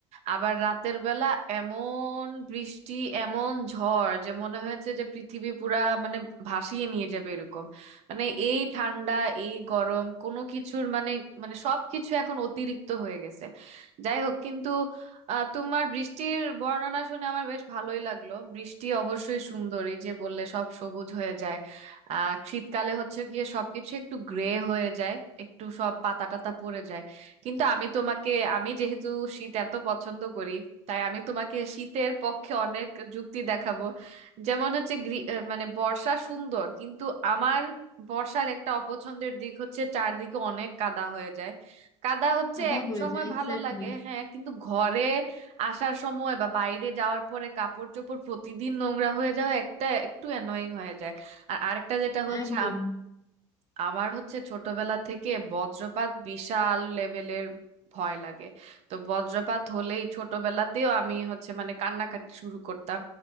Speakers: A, on the right; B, on the left.
A: আবার রাতের বেলা এমন বৃষ্টি এমন ঝড় যে মনে হয়েছে যে পৃথিবী পুরা মানে ভাসিয়ে নিয়ে যাবে এরকম মানে এই ঠান্ডা এই গরম কোনো কিছুর মানে মানে সবকিছু এখন অতিরিক্ত হয়ে গেছে যাই হোক কিন্তু আহ তোমার বৃষ্টির বর্ণনা শুনে আমার বেশ ভালোই লাগলো বৃষ্টি অবশ্যই সুন্দর এই যে বললে সব সবুজ হয়ে যায় আহ শীতকালে হচ্ছে গিয়ে সবকিছু একটু গ্রে হয়ে যায় একটু সব পাতা টাতা পড়ে যায় কিন্তু আমি তোমাকে আমি যেহেতু শীত এত পছন্দ করি তাই আমি তোমাকে শীতের পক্ষে অনেক যুক্তি দেখাবো যেমন হচ্ছে গ্রি- আহ, মানে বর্ষা সুন্দর কিন্তু আমার বর্ষার একটা অপছন্দের দিক হচ্ছে চারদিকে অনেক কাদা হয়ে যায় কাদা হচ্ছে
B: কাদা
A: এক
B: হয়ে
A: সময়
B: যায় এক্স্যাক্টলি
A: ভালো লাগে হ্যাঁ কিন্তু ঘরে আসার সময় বা বাইরে যাওয়ার পরে কাপড় চোপড় প্রতিদিন নোংরা হয়ে যাওয়া একটা একটু অ্যানোয়িং হয়ে যায় আর আরেকটা যেটা হচ্ছে
B: একদম
A: আম- আমার হচ্ছে ছোটবেলা থেকে বজ্রপাত বিশাল লেভেলের ভয় লাগে তো বজ্রপাত হলেই ছোটবেলাতেও আমি হচ্ছে মানে কান্নাকাটি শুরু করতাম